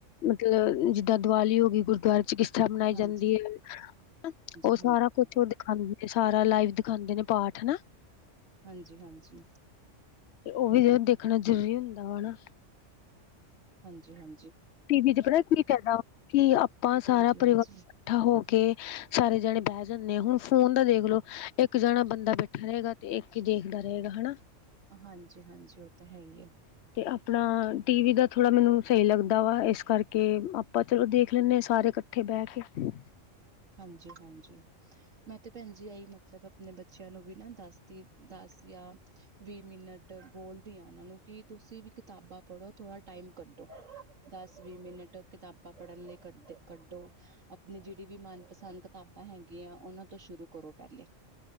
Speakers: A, on the left; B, on the right.
A: ਮਤਲਬ ਜਿੱਦਾਂ ਦੀਵਾਲੀ ਹੋਗੀ ਗੁਰਦੁਆਰੇ ਚ ਕਿਸ ਤਰਾਂ ਮਨਾਈ
B: ਹਾਂਜੀ
A: ਜਾਂਦੀ ਏ, ਹਨਾ ਓ
B: ਹਾਂਜੀ
A: ਸਾਰਾ ਕੁਛ ਓ ਦਿਖਾਦ ਦੇ ਸਾਰਾ ਲਾਈਵ ਦਿਖਾਦੇ ਨੇ ਪਾਠ ਨਾ।
B: ਹਾਂਜੀ-ਹਾਂਜੀ।
A: ਓ ਵੀ ਦੇਖਣਾ ਜ਼ਰੂਰੀ ਹੁੰਦਾ ਵਾ ਨਾ।
B: ਹਾਂਜੀ-ਹਾਂਜੀ।
A: ਟੀ ਵੀ ਚ ਪਤਾ ਕੀ ਫੈਦਾ, ਕਿ ਆਪਾਂ ਸਾਰਾ
B: ਹਾਂਜੀ
A: ਪਰਿਵਾਰ
B: ਹਾਂਜੀ
A: ਕੱਠਾ ਹੋ ਕੇ ਸਾਰੇ ਜਣੇ ਬਹਿ ਜਾਨੇ ਆ ਹੁਣ ਫੋਨ ਦਾ ਦੇਖਲੋ ਇੱਕ ਜਣਾ ਬੰਦਾ ਬੈਠਾ ਰਹੇਗਾ ਤੇ ਇੱਕ ਈ ਦੇਖਦਾ ਰਹੇਗਾ ਹਨਾ।
B: ਹਾਂਜੀ-ਹਾਂਜੀ ਉਹ ਤਾਂ ਹੈ ਹੀ ਹੈ।
A: ਤੇ ਆਪ ਆਪਣਾ ਟੀ ਵੀ ਦਾ ਥੋੜ੍ਹਾ ਮੈਨੂੰ ਸਹੀ ਲੱਗਦਾ ਵਾ ਇਸ ਕਰਕੇ ਆਪਾਂ ਚਲੋ ਦੇਖ ਲੈਂਦੇ ਹਾਂ ਸਾਰੇ ਇੱਕਠੇ ਇਕੱਠੇ ਬਹਿ ਕੇ।
B: ਹਾਂਜੀ ਹਾਂਜੀ <unintelligible> ਮੈਂ ਤੇ ਭੈਣ ਜੀ ਐਈ ਮਤਲਬ ਆਪਣੇ ਬੱਚਿਆਂ ਨੂੰ ਵੀ ਨਾ ਦੱਸਦੀ ਦੱਸ ਦੀ ਆ ਵੀਹ ਮਿੰਟ ਬੋਲਦੀ ਆ ਉਹਨਾਂ ਨੂੰ ਕਿ ਤੁਸੀਂ ਵੀ ਕਿਤਾਬਾਂ ਪੜ੍ਹੋ ਥੋੜਾ ਟਾਈਮ ਕੱਢੋ। ਦਸ ਵੀਹ ਮਿੰਟ ਕਿਤਾਬਾਂ ਪੜ੍ਹਨ ਲਈ ਕੱਢ ਕੱਢੋ ਆਪਣੀ ਜਿਹੜੀ ਵੀ ਮਨ ਪਸੰਦ ਕਿਤਾਬਾਂ ਹੈਗੀਆਂ ਉਹਨਾਂ ਤੋਂ ਸ਼ੁਰੂ ਕਰੋ ਪਹਿਲੇ।